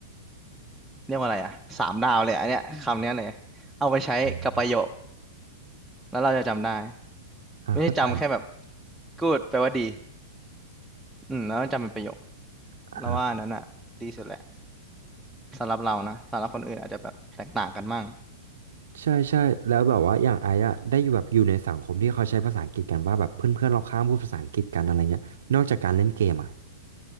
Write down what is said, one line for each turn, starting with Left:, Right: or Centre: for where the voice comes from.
Centre: เรียกว่าอะไรอ่ะสามดาวเลยอันเนี้ยคำเนี้ยเลยเอาไปใช้กับประโยค
Right: อม
Centre: แล้วเราจะจำได้
Right: อ่าเข้าใจ
Centre: ไม่ใช่จำแค่แบบ good แปลว่าดีอืมแล้วจำเป็นประโยค
Right: อ่า
Centre: แล้วว่าอันนั้นอ่ะดีสุดแหละสำหรับเรานะสำหรับคนอื่นอาจจะแบบแตกต่างกันมั่ง
Right: ใช่ใช่แล้วแบบว่าอย่างไอ้อะได้อยู่แบบอยู่ในสังคมที่เขาใช้ภาษาอังกฤษกันว่าแบบเพื่อนๆรอบข้างพูดภาษาอังกฤษกันอะไรเงี้ยนอกจากการเล่นเกมอะ